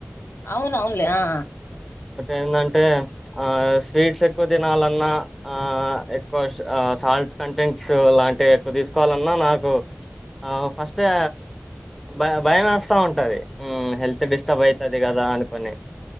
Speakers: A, on the left (about 60°); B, in the centre.
A: అవును అవునులే ఆ
B: ఏంటంటే ఆ స్వీట్స్ ఎక్కువ తినాలన్నా ఆ ఎక్కువ సా సాల్ట్ కంటెంట్ సో ఇలాంటివి ఎక్కువ తీసుకోవాలన్నా నాకు ఆ ఫస్టే భయ భయమేస్తా ఉంటాది మ్ హెల్త్ డిస్టర్బ్ అయితది కదా అనుకొని